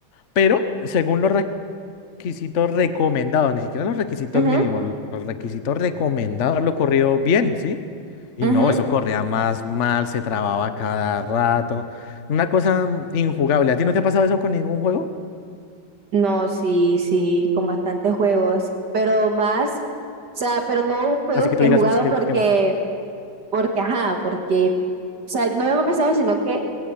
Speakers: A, on the left (about 50°); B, on the right (about 55°).
A: pero según los requisitos recomendados, ni siquiera los requisitos
B: Ujú,
A: mínimos, lo- los requisitos recomendados lo corrió bien, ¿sí? Y
B: ujú.
A: no, eso corría más mal, se trababa cada rato, una cosa mm, injugable. ¿A ti no te ha pasado eso con ningún juego?
B: No, sí, sí, con bastantes juegos, pero más, o sea, pero no juegos
A: Así que
B: que
A: tú digas,
B: he jugado
A: uy, es que,
B: porque,
A: que-
B: porque, ajá, porque, o sea, no me ha pasado, sino que